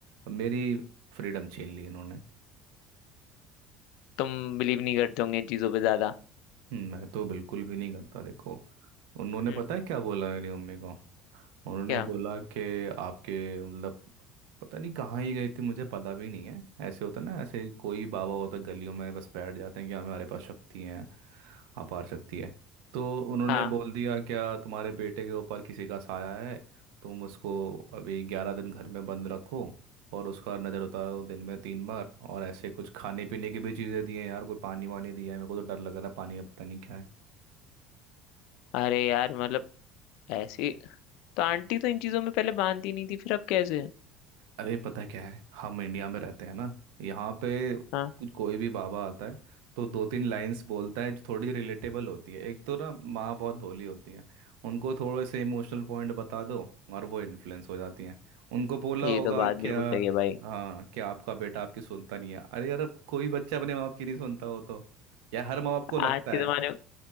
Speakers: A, on the right (about 85°); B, on the left (about 70°).
A: अब मेरी फ्रीडम छीन ली इन्होंने
B: तुम बिलीव नहीं करते होंगे इन चीज़ों पे ज़्यादा
A: हम्म, मैं तो बिल्कुल भी नहीं करता देखो उन्होंने
B: हम्म
A: पता है क्या बोला मेरी मम्मी को उन्होंने
B: क्या
A: बोला कि आपके मतलब पता नहीं कहाँ ही गए थे मुझे पता भी नहीं है ऐसे होता ना ऐसे कोई बाबा होता गलियों में बस बैठ जाते हैं कि हमारे पास शक्ति है अपार शक्ति है तो उन्होंने
B: हाँ
A: बोल दिया क्या तुम्हारे बेटे के ऊपर किसी का साया है तुम उसको अभी ग्यारह दिन घर में बंद रखो और उसका नज़र उतारो दिन में तीन बार और ऐसे कुछ खाने पीने की भी चीज़ें दी हैं यार कोई पानी वानी दिया है मेरे को तो डर लग रहा है पानी में पता नहीं क्या
B: अरे यार मतलब ऐसी तो आंटी तो इन चीज़ों में पहले मानती नहीं थी फिर अब कैसे
A: अरे पता क्या है हम इंडिया में रहते हैं ना यहाँ पे
B: हाँ
A: कुछ कोई भी बाबा आता है तो दो तीन लाइंस बोलता है जो थोड़ी रिलेटेबल होती है एक तो ना माँ बहुत भोली होती है उनको थोड़े से इमोशनल पॉइंट बता दो और वो इन्फ्लुएंस हो जाती हैं उनको बोला
B: ये
A: होगा
B: तो बात
A: क्या
B: बिल्कुल सही है भाई
A: आ, क्या आपका बेटा आपकी सुनता नहीं है अरे यार कोई बच्चा अपने माँ बाप की नहीं सुनता हो तो या हर माँ बाप को लगता
B: आज के
A: है
B: ज़माने